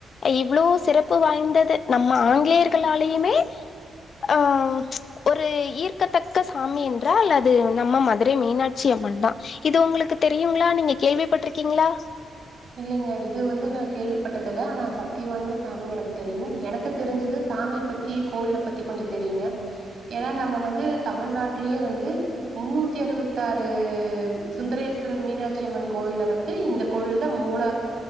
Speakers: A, on the left; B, on the right.
A: இவ்வளோ சிறப்பு வாய்ந்தது நம்ம ஆங்கிலேயர்களாலயுமே ஆஹ் ஒரு ஈர்க்கத்தக்க சாமி என்றால் அது நம்ம மதுரை மீனாட்சி அம்மன் தா இது உங்களுக்கு தெரியுங்களா நீங்க கேள்விப்பட்டிருக்கீங்களா
B: இல்லீங்க இது வந்து நா கேள்விப்பட்டதில்ல ஆனா சத்தி வாய்ந்த சாமின்னு எனக்கு தெரியு எனக்கு தெரிஞ்சது சாமி பத்தி கோயில பத்தி கொஞ்சொ தெரியுங்க ஏன்னா நம்ம வந்து தமிழ்நாட்லயே வந்து முன்னூத்தி அறுபத்தாறு சுந்தரேஸ்வரர் மீனாட்சி அம்மன் கோயில்ல வந்து இந்த கோயில் மூல